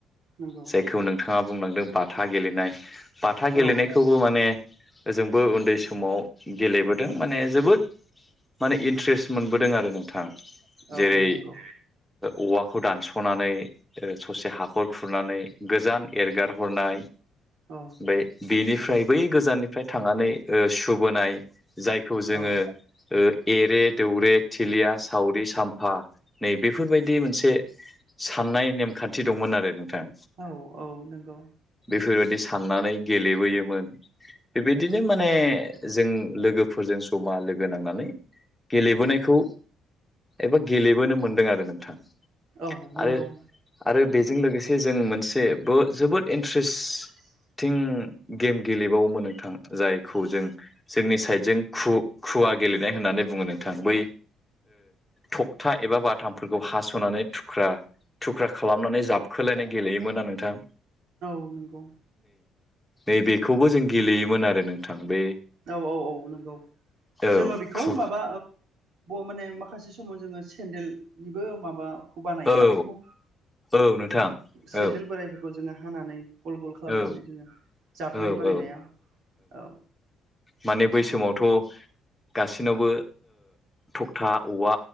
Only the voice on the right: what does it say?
नंगौ
औ
औ
नंगौ
औ
औ
औ औ नंगौ
औ नंगौ
<inaudible>
नोंगौ
औ औ औ नंगौ जोङो
बेखौ
माबा माने माखासे समाव जोङो सेन्देलनिबो माबा खौ बानायोना
बेखौ
सेन्देल
बोराइफोरखौ जोङो हानानै गल गल खालामनानै
जोङो जाबनाय
बानायनाया
औ